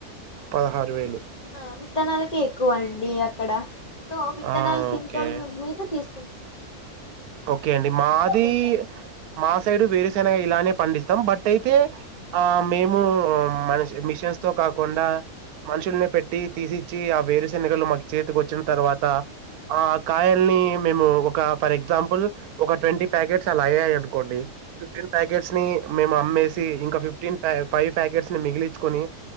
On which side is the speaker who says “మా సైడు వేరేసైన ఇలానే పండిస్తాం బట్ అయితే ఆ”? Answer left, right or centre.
Right